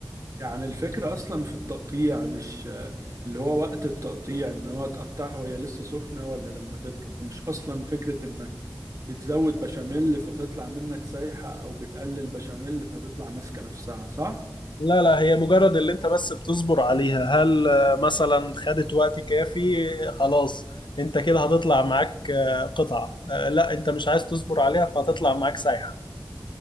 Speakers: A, on the right (about 45°); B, on the left (about 85°).
A: يعني الفكرة أصلا في التقطيع مش آه، اللي هو وقت التقطيع إن هو تقطعها وهي لسه سخنة ولا لما تبرد مش أصلا فكرة إنك بتزود بشاميل فتطلع منك سايحة أو بتقلل بشاميل فتطلع ماسكة نفسها صح؟
B: لا لا هي مجرد اللي انت بس بتصبر عليها هل آه، مثلا خدت وقت كافي آه، خلاص انت كده هتطلع معاك آه، قطع آه، لا انت مش عايز تصبر عليها فهتطلع معاك سايحة